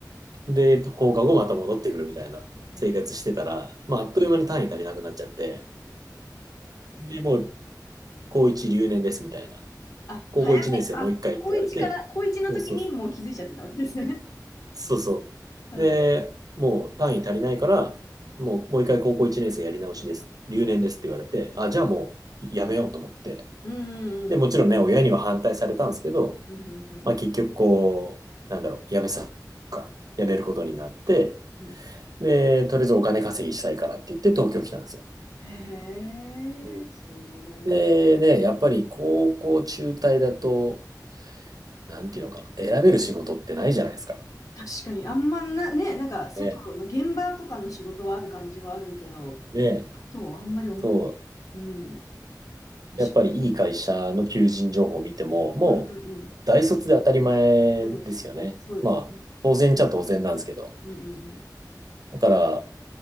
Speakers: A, on the right (about 60°); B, on the left (about 50°).
A: で、放課後また戻ってくるみたいな生活してたら、
B: へー
A: まあ、あっという間に単位足りなくなっちゃって、で、もう、高1留年ですみたいな。
B: あ、
A: 高校1年生もう一回って言われて、
B: 早め、あ、高一から、高一の時にもう気づいちゃってたわけですね。
A: そうそうそう。そうそ
B: <laughs> うん。
A: う。で、もう単位足りないから、もう、もう一回高校1年生やり直しです。留年ですって言われて、あ、じゃあもうやめようと思って。
B: うんうんうん。
A: で、もちろんね、親には反対されたんですけど、
B: うんうんうん。
A: まあ結局こう、なんだろう、やめさか、やめることになって、
B: うんうん
A: で、とりあえずお金稼ぎしたいからって言って東京来たんですよ。
B: へえ、
A: うん
B: すごい。
A: でね、やっぱり高校中退だと、なんていうのかな、選べる仕事ってないじゃないですか。
B: 確かに、あんまな、ね、なんか、外の現場とかの仕事はある感じはあるけど、
A: ね、ね、
B: あと、あんまり思い、
A: そう。
B: うん、確か
A: やっぱりいい会社の求人情報を見ても、もう大卒で当たり前ですよね。
B: に。うんうんうん。そうそう、そうですね。
A: まあ、当然っちゃ当然なんですけど。
B: うんうん
A: だから、